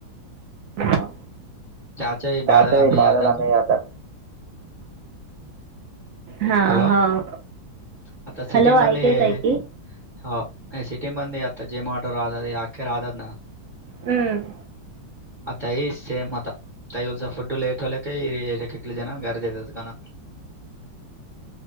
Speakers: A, on the right; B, on the right.
A: हो
B: चचाच
A: त्याचंही
B: बादलाम याारदान
A: बाधल आम्ही
B: करत
A: आता हां
B: हॅलो
A: हो
B: आता सिटीमध्येध्ये
A: हॅलो ऐकत आहे की
B: होा सिटी मंद आता जेमॉटोर राहात आखे राहतात ना
A: हम्म
B: आताई सेम आता तईचा फुड लेट होल्या काही कले जण घर देतात का